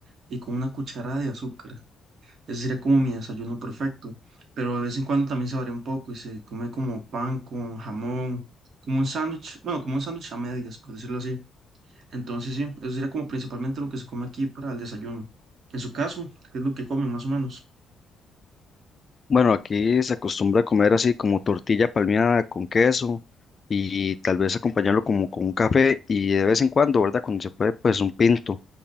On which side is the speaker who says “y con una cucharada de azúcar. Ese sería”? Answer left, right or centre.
Right